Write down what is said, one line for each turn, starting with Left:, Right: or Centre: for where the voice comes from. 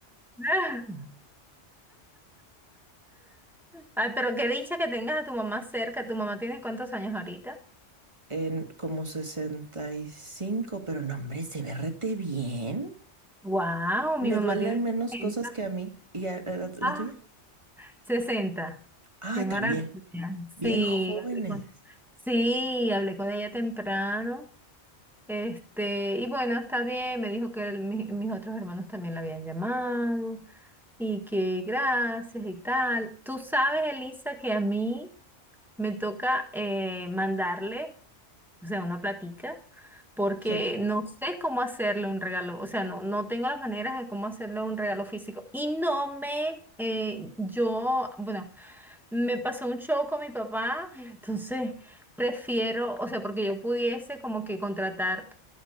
Centre: <laughs> Ay, pero qué dicha que tengas a tu mamá cerca. ¿Tu mamá tiene cuántos años ahorita?
Right: En como sesenta y cinco pero no, hombre, se ve rete bien.
Centre: Wow,
Right: Le
Centre: mi mamá
Right: duelen
Centre: tiene
Right: menos
Centre: 60.
Right: cosas que a mí. ¿Y a, a la, la
Centre: Ah,
Right: tuya?
Centre: 60.
Right: Ay,
Centre: Qué maravilla.
Right: también. Bien
Centre: Sí,
Right: jóvenes.
Centre: hablé con, sí, hablé con ella temprano. Este, y bueno, está bien. Me dijo que el- mi- mis otros hermanos también la habían llamado y que gracias y tal. Tú sabes, Elisa, que a mí me toca eh, mandarle. o sea, una platica, porque
Right: Sí,
Centre: Sí. no sé cómo hacerle un regalo, o sea, no, no tengo las maneras de cómo hacerle un regalo físico. Y no me, eh, yo, bueno, me pasó un show con mi papá, <laughs> entonces prefiero, o sea, porque yo pudiese como que contratar